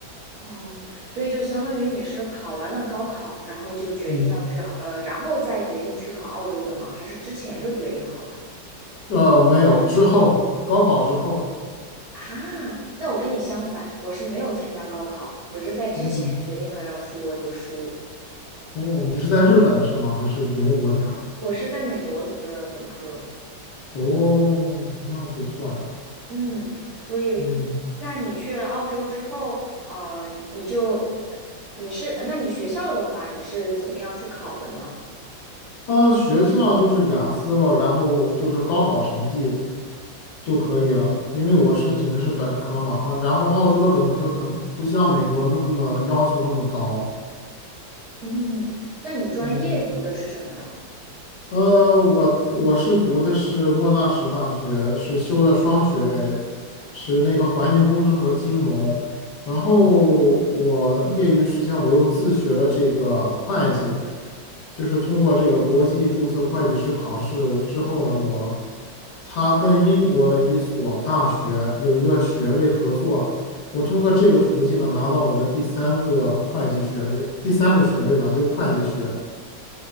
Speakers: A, on the right (about 60°); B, on the left (about 70°).
A: 哦，所以就相当于你是考完了高考，然后就决定要去澳，
B: 嗯，
A: 呃，然后再决定去考澳洲的吗？还是之前就决定好了？
B: 呃，没有，之后高考之后，
A: 啊，那我跟你相反，我是没有参加高考，我是在之前决定了要出国读书，
B: 嗯，哦，你是在日本是吗？还是别的国家？
A: 我是在美国读的本科。
B: 哦，那不错呀。
A: 嗯，所以，
B: 嗯，
A: 那你去了澳洲之后，呃，你就，你是，那你学校的话，你是怎么样去考的呢？
B: 啊，学校就是雅思了，然后就是高考成绩就可以了，因为我申请的是本科嘛，啊，然后澳洲的本科可能不像美国那么要求那么高。
A: 嗯，那你专业读的是什么呢？
B: 嗯呃，我我是读的是莫纳什大学，是修的双学位，是那个环境工程和金融。然后我业余时间我又自学了这个会计，就是通过这个国际注册会计师考试之后呢，我他跟英国的一所大学有一个学位合作，我通过这个途径呢拿到我的第三个会计学位，第三个学位吧，就是会计学。